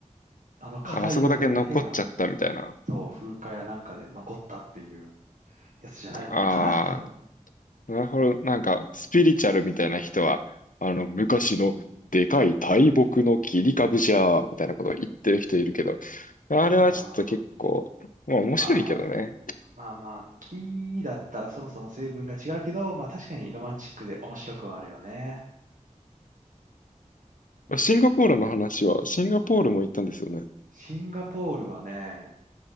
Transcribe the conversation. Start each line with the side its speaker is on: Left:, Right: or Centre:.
Right: あの硬い部分だけが、
Left: ああそこだけ残っちゃったみたいな。
Right: そう、風化やなんかで残ったっていうやつじゃないのかな、
Left: あ
Right: 多分。
Left: なるほど。なんか、スピリチュアルみたいな人は、あの、昔のでかい大木の切り株じゃー、みたいなことを言ってる人いるけど、あれはちょっと結構、
Right: あー
Left: まあ面白いけどね。
Right: まあ、まあまあ、木だったらそもそも成分が違うけど、まあ確かにロマンチックで面白くはあるよね。
Left: シンガポールの話は、シンガポールも行ったんですよね。
Right: シンガポールはね、